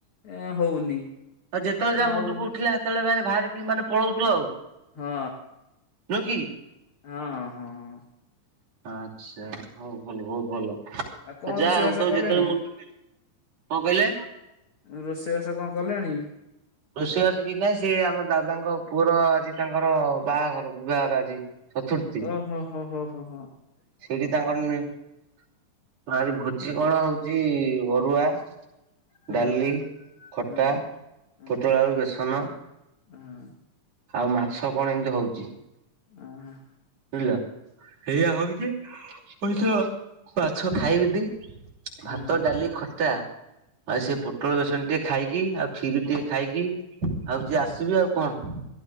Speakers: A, on the left; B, on the right.
A: ଏ ହଉନି।
B: ଆଉ ଯେତେଳେ ଯା ମୁଣ୍ଡକୁ
A: ଆଉ
B: ଉଠିଲା ସେତେବେଳେ ମାନେ ବାହାରିକି ମାନେ ପଳଉଚୁ ଆଉ।
A: ହଁ
B: ନୁହ କିି?
A: ହଁ ହଁ ହଁ ହଁ।
B: ଆଚ୍ଛା ହଉ ଭଲ ବହୁତ୍ ଭଲ।
A: ଆଉ କଣ
B: ଯା
A: ରୋଷେଇବାସ
B: ଆଉ ତ
A: କଲେଣି
B: ଯେତେବେଳେ ମୁଁ କଣ କହିଲେ?
A: ରୋଷେଇ ବାସ କଣ କଲେଣି?
B: ରୋଷେଇ ବାସ କିଛି ନାହିଁ ସିଏ ଆମ ଦାଦାଙ୍କ ପୁଅର ଆଜି ତାଙ୍କର ବାହାଘର ବିବାଘର ଆଜି। ଚଥୁ
A: ଅ ହଁ ହଁ ହଁ ହଁ ହଁ।
B: ସେଇଠି ତାଙ୍କର ନି ନା ଆଜି ଭୋଜି କଣ ହଉଚି ଅରୁଆ?
A: ହଁ।
B: ଡାଲି ଖଟା
A: ହଁ ହଁ
B: ପୋଟଳ ଆଳୁ ବେସନ
A: ହଁ
B: ଆଉ ମାଛ କଣ ଏମିତି ହଉଚି।
A: ଅ ହଁ ହଁ ହଁ।
B: ବୁଝିଲ ଏଇଆ ହଉଚି ପବିତ୍ର ମାଛ ଖାଇବି ଦି।
A: ହଁ
B: ଭାତ ଡାଲି ଖଟା
A: ହଁ
B: ଆଉ ସେ ପୋଟଳ ବେସନ ଟିକେ ଖାଇକି ଆଉ କ୍ଷୀର ଟିକେ ଖାଇକି ଆଉ ଯିଏ ଆସିବେ ଆଉ କଣ?